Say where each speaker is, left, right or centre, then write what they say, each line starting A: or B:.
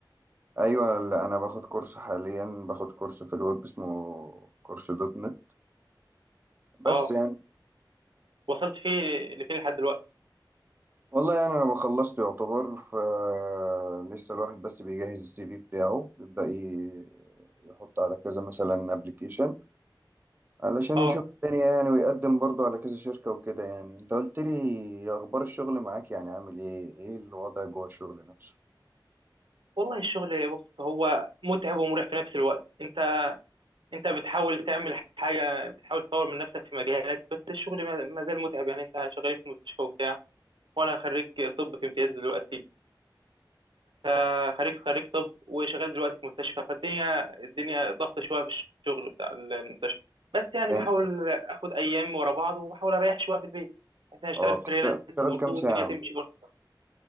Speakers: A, on the right; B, on the right.
A: أيوة لا، أنا باخد كورس حاليا باخد كورس في الويب اسمه كورس دوت نت بس
B: اه
A: يعني
B: وصلت فيه لفين لحد دلوقتي
A: والله يعني أنا بخلصت يعتبر فلسه الواحد بس بيجهز السي في بتاعه بيبدأ ي- يحط على كذا مثلا ابلكيشن علشان
B: اه
A: يشوف الدنيا يعني ويقدم برضو على كذا شركة وكده يعني انت قلت لي اخبار الشغل معاك يعني عامل ايه ايه الوضع جوه الشغل نفسه
B: والله الشغل بص هو متعب ومريح في نفس الوقت انت انت بتحاول تعمل حاجه بتحاول تطور من نفسك في مجالك بس الشغل ما ما زال متعب يعني انت شغال في مستشفى وبتاع وانا خريج طب في امتياز دلوقتي ف- خريج خريج طب وشغال دلوقتي في مستشفى فالدنيا الدنيا ضغط شويه في الشغل بتاع المستشفى بس يعني
A: جامد
B: بحاول اخد ايام ورا بعض وبحاول اريح شويه في البيت عشان اشتغل
A: اه بتشت-
B: فريلانس
A: بتشتغل
B: برضه
A: كام
B: والدنيا
A: ساعة
B: تمشي برضه